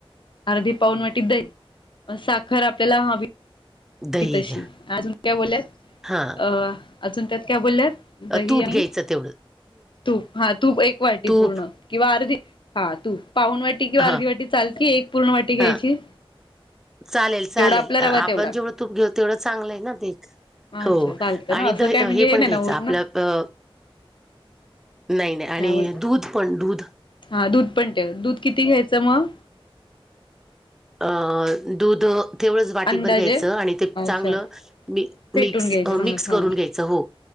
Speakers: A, on the left; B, in the centre.
A: अर्धी पाऊन वाटी दही, साखर आपल्याला हवी
B: दही
A: ती तशी
B: घ्या
A: अजून काय बोलल्यात,
B: हा
A: अ अजून त्यात काय बोलल्यात दही
B: तूप
A: आणि
B: घ्यायचं तेवढं
A: तूप हा तूप एक वाटी
B: तूप
A: पूर्ण. किंवा अर्धी हा तूप पाऊन वाट एक किंवा
B: हा
A: अर्धी वाटी चालती. एक पूर्ण वाटी घ्यायची?
B: हा चालेल चालेल
A: जेवढा आपला रवा
B: आपण
A: तेवढा
B: जेवढं तूप घेऊ तेवढं चांगलं आहे ना ते. हो
A: अच्छा चालतं ना
B: आणि
A: असं
B: दह
A: काय म्हणजे
B: हे पण
A: नाही
B: घ्यायचं
A: ना होत
B: आपलं
A: ना
B: अ नाही नाही आणि
A: काय बोलत
B: दूध पण दूध.
A: हा दूध पण ठेवं. ‌ दूध किती घ्यायचं मग?
B: आ दुध तेवढंच वाटीभर
A: अंदाजे
B: घ्यायचं आणि ते
A: अच्छा
B: चांगलं मिक-मिक्स
A: फेटून घ्यायचं
B: अं
A: चांगलं
B: मिक्स करून
A: हा
B: घ्यायचं हो.